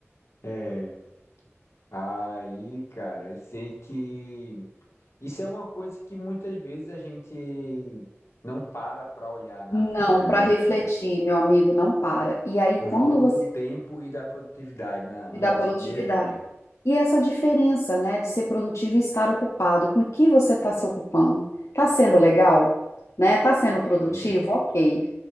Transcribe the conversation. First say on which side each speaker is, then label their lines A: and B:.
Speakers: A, on the left; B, on the left.
A: É. Aí, cara, eu sei que isso é uma coisa que muitas vezes a gente não para pra olhar na
B: Não,
A: vida,
B: para
A: né?
B: refletir, meu amigo, não para. E aí,
A: O
B: quando
A: valor
B: você
A: do tempo e da produtividade na- no
B: dá
A: nosso
B: produtividade,
A: dia a dia.
B: e essa diferença, né, de ser produtivo e estar ocupado, com o que você está se ocupando? Está sendo legal? Né? Está sendo produtivo?
A: Pois é.
B: Ok.